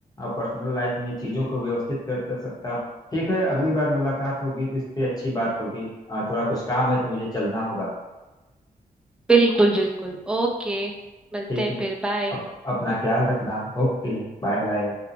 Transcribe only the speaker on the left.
पर्सनल लाइफ में चीजों को व्यवस्थित कर कर सकता हूँ ठीक है अगली बार मुलाकात होगी तो इस पे अच्छी बात होगी अ, थोड़ा कुछ काम है तो मुझे चलना होगा
ठीक
है
अप, अपना ख्याल रखना Okay bye bye